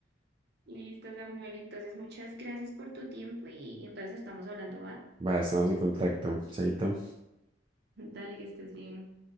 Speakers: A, on the right (about 60°); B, on the right (about 25°).
A: Listo, Samuel. Entonces, muchas gracias por tu tiempo y entonces estamos hablando, ¿va?
B: va, estamos en contacto. Chaito.
A: <laughs> Dale, que estés bien.